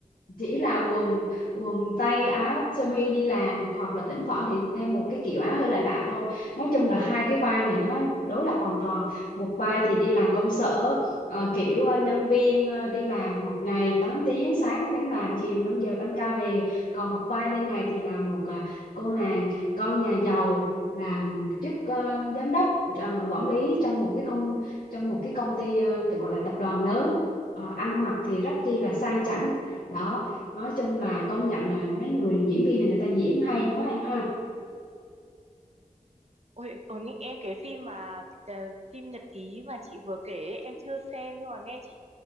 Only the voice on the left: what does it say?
chỉ là quần quần tây áo sơ mi đi làm hoặc là thỉnh thoảng thì thêm một cái kiểu áo hơi lạ lạ thôi nói chung là hai cái vai này nó đối lập hoàn toàn một vai thì đi làm công sở ờ, kiểu ờ, nhân viên ờ, đi làm một ngày tám tiếng sáng đến làm chiều 5 giờ tăng ca về còn một vai bên này thì là một à, cô nàng con nhà giàu làm chức ờ, giám đốc ờ, quản lý trong một cái công trong một cái công ty ờ, tự gọi là tập đoàn lớn Ờ, ăn mặc thì rất chi là sang chảnh đó nói chung là công nhận là mấy người diễn viên này người ta diễn hay quá em ha